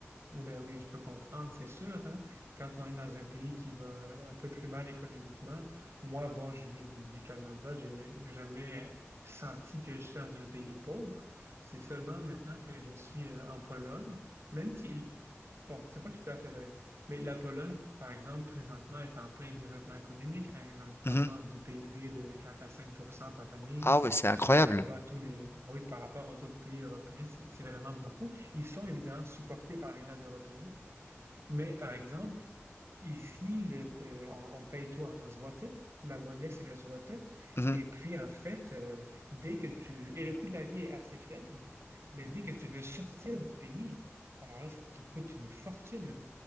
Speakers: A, on the right; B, on the left.
A: Ben oui, je peux comprendre, c'est sûr, hein. Quand on est dans un pays qui va un peu plus mal économiquement, moi, bon, je viens du, du Canada, j'ai j'ai jamais senti que j'étais dans un pays pauvre. C'est seulement maintenant que je suis euh, en Pologne, même si, bon, c'est pas tout à fait vrai, mais la Pologne, par exemple, présentement, est en plein développement économique, hein, ils ont une croissance
B: Mhm.
A: du PIB de 4 à 5 par année,
B: Ah ouais, c'est incroyable.
A: qui, qui bat tous les, oui, par rapport aux autres pays européens, c'est c'est vraiment beaucoup. Ils sont évidemment supportés par les aides européennes, mais par exemple, ici, le- euh, on, on paye tout en, en zloty. La monnaie, c'est le zloty.
B: Mhm.
A: Et puis, en fait, euh, dès que tu... Et le coût de la vie est assez faible, mais dès que tu veux sortir du pays, alors là, ça te coûte une fortune.